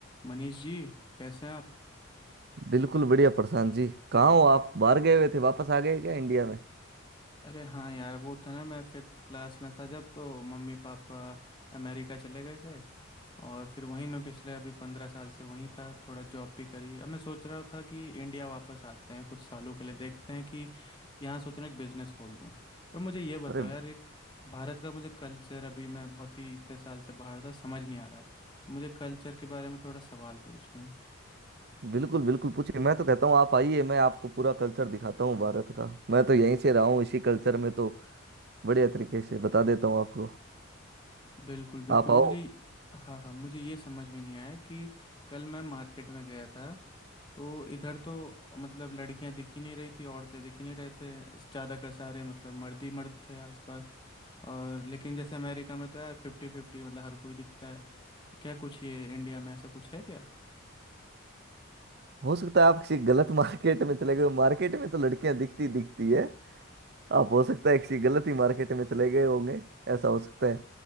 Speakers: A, on the left (about 20°); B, on the right (about 50°).
A: मनीष जी कैसे हैं आप
B: बिल्कुल बढ़िया प्रशांत जी कहाँ हो आप बाहर गए हुए थे वापस आ गए क्या इंडिया में
A: अरे हाँ यार वो था ना मैं फिफ्थ क्लास में था जब तो मम्मी पापा अमेरिका चले गए थे और फिर वहीं मैं पिछले अभी पंद्रह साल से वहीं था थोड़ा जॉब भी करी अब मैं सोच रहा था कि इंडिया वापस आते हैं कुछ सालों के लिए देखते हैं कि यहाँ सोच रहा हूँ एक बिजनेस खोल दूँ पर मुझे ये बताओ
B: अरे
A: यार एक भारत का मुझे कल्चर अभी मैं बहुत ही इतने साल से बाहर था समझ नहीं आ रहा है तो मुझे कल्चर के बारे में थोड़ा सवाल पूछना है
B: बिल्कुल बिल्कुल पूछिए मैं तो कहता हूँ आप आइए मैं आपको पूरा कल्चर दिखाता हूँ भारत का मैं तो यहीं से रहा हूँ इसी कल्चर में तो बढ़िया तरीके से बता देता हूँ आपको
A: बिल्कुल बिल्कुल
B: आप आओ
A: मुझे हाँ हाँ मुझे ये समझ में नहीं आया कि कल मैं मार्केट में गया था तो इधर तो मतलब लड़कियां दिख ही नहीं रही थी औरतें दिख ही नहीं रहे थे ज़्यादातर सारे मतलब मर्द ही मर्द थे आसपास और लेकिन जैसे अमेरिका में तो यार फिफ्टी फिफ्टी मतलब हर कोई दिखता है तो क्या कुछ ये इंडिया में ऐसा कुछ है क्या
B: हो सकता है आप किसी गलत <laughs> मार्केट में चले गए हो मार्केट में तो लड़कियां दिखती दिखती है आप हो सकता है किसी गलत ही मार्केट में चले गए होंगे ऐसा हो सकता है